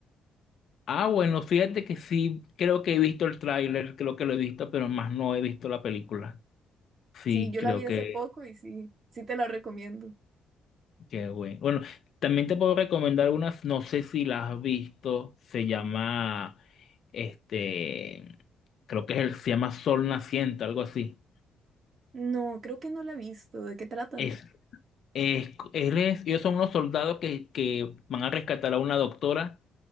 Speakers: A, on the left (about 65°); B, on the right (about 50°).
A: Ah, bueno, fíjate que sí, creo que he visto el tráiler, creo que lo he visto, pero más no he visto la película. Sí,
B: Sí, yo
A: creo
B: la vi hace
A: que...
B: poco y sí, sí te la recomiendo.
A: Qué bueno. Bueno, también te puedo recomendar unas, no sé si las has visto, se llama, este, creo que es el- se llama Sol Naciente, algo así.
B: No, creo que no la he visto. ¿De qué trata?
A: Es, es, él es- ellos son unos soldados que, que van a rescatar a una doctora